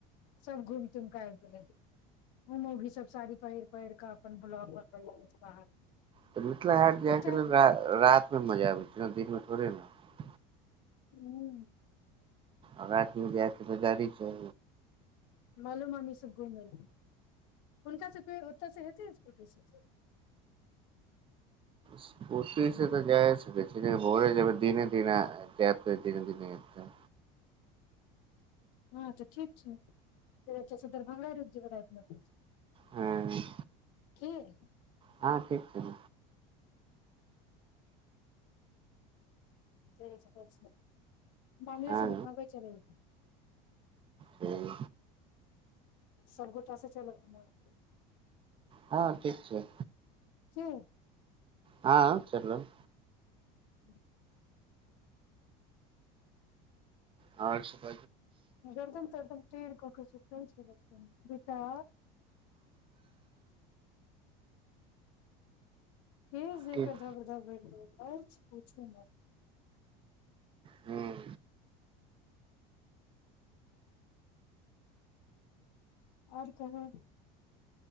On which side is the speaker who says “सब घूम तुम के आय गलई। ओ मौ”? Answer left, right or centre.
Left